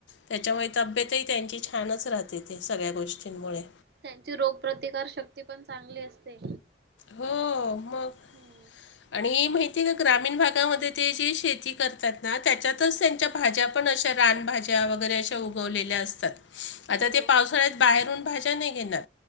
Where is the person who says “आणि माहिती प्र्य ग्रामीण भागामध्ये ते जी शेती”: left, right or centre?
Left